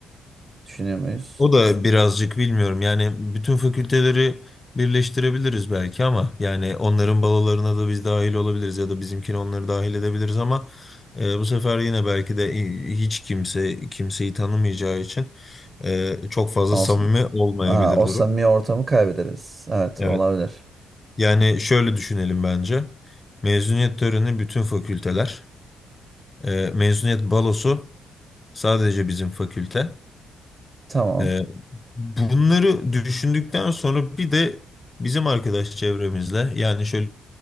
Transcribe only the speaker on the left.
O da birazcık bilmiyorum yani bütün fakülteleri birleştirebiliriz belki ama yani onların balolarına da biz dahil olabiliriz ya da bizimkini onları dahil edebiliriz ama e, bu sefer yine belki de i- hiç kimse kimseyi tanımayacağı için e, çok fazla
samimi olmayabilir
durum.
Evet.
Yani şöyle düşünelim bence. Mezuniyet töreni bütün fakülteler. Ee, mezuniyet balosu sadece bizim fakülte.
Ee, bunları düşündükten sonra bir de bizim arkadaş çevremizle yani şöyle